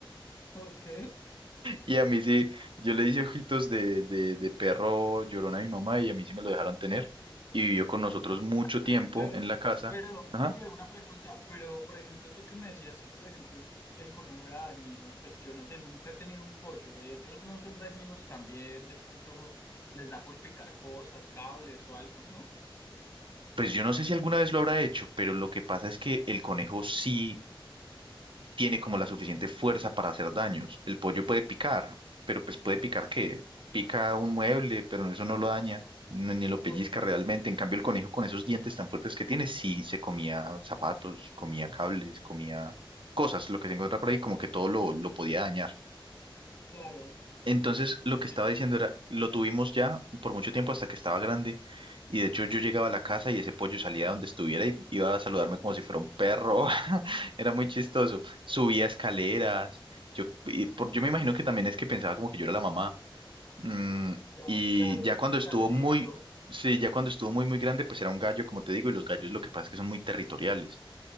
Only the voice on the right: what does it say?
Y a mí sí, yo le hice ojitos de, de, de perro llorón a mi mamá y a mí sí me lo dejaron tener. Y vivió con nosotros
mucho tiempo
en la casa.
Ajá.
Pues yo no sé si alguna vez lo habrá hecho, pero lo que pasa es que el conejo sí tiene como la suficiente fuerza para hacer daños. El pollo puede picar, pero pues puede picar
qué? Pica un mueble, pero eso no lo daña, no- ni lo pellizca
realmente. En cambio, el conejo con esos dientes tan fuertes que tiene, sí se comía zapatos, comía cables, comía cosas, lo que se encuentra por ahí, como que todo lo, lo podía dañar.
Entonces, lo
que estaba diciendo era, lo tuvimos ya por mucho tiempo hasta que estaba grande. Y de hecho yo llegaba a la casa y ese pollo salía donde estuviera y iba a saludarme como si fuera un perro. <laughs> Era muy chistoso. Subía escaleras. Yo, y por- yo me imagino que también es que pensaba como que yo era la mamá. Mm,
y
ya cuando estuvo
muy, sí, ya cuando estuvo muy, muy grande, pues era un gallo, como te digo, y los gallos lo que pasa es que son muy territoriales.